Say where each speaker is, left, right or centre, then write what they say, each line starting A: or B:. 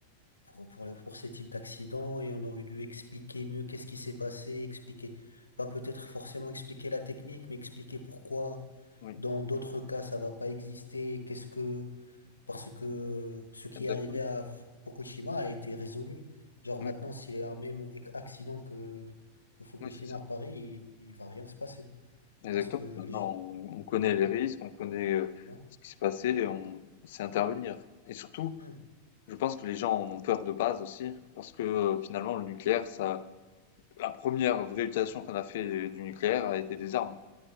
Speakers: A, on the left; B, on the left.
A: pour pour, les- pour ces types d'accidents et on aurait dû expliquer mieux qu'est-ce qui s'est passé, expliquer pas peut-être forcément expliquer la technique, mais expliquer pourquoi
B: Oui,
A: dans d'autres cas ça va pas exister, qu'est-ce que parce que ce qui
B: exactement.
A: est arrivé à Fu- Fukushima a été résolu. Genre maintenant,
B: Oui,
A: s'il y a un même ac- accident que, que Fukushima
B: oui c'est ça.
A: à Paris, il, il va rien se passer.
B: Exactement.
A: Parce que les...
B: Maintenant, on, on connaît
A: Hmm,
B: les risques, on connaît euh,
A: Ouais,
B: ce qui s'est passé et on sait intervenir. Et surtout,
A: hmm,
B: Je pense que les gens en ont peur de base aussi, parce que euh, finalement le nucléaire, ça, la première vraie utilisation qu'on a fait du nucléaire a été des armes,